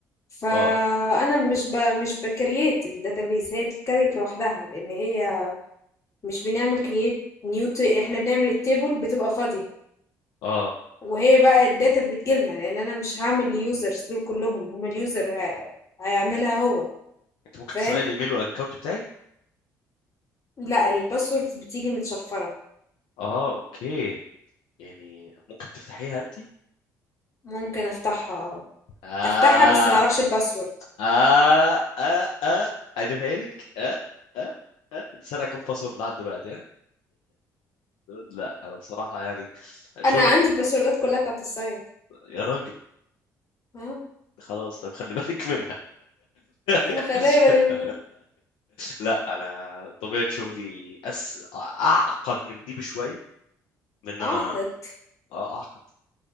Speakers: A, on the left (about 35°); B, on the left (about 65°).
A: فانا
B: اه
A: مش ب... مش بكرييت الداتابيز هي بتتكريت لوحدها لان هي مش بنعمل كرييت نيو احنا بنعمل التيبل بتبقى فاضية
B: اه
A: وهي بقى الداتا بتجيلنا لان انا مش هعمل ليوزرز دول كلهم هما اليوزر ه- هيعملها هو
B: انت ممكن
A: فاهم
B: تسرقي الايميل والاكونت بتاعي
A: لا الباسورد بتيجي متشفرة
B: اه اوكي يعني ممكن تفتحيها انت
A: ممكن افتحها اه
B: اه
A: افتحها بس ما اعرفش الباسورد
B: اه اه اه انا فاهمك اه اه اه انت سرقه كام باسورد لحد دلوقتي ها لا انا بصراحه يعني شغلي
A: انا عندي الباسوردات كلها بتاعت السايت
B: يا راجل
A: ها
B: خلاص طيب خلي بالك منها
A: مخليه
B: <laughs>
A: بالي منها
B: لا انا طبيعه شغلي أس... اعقد من دي بشويه من ان
A: اعقد
B: انا آه، اعقد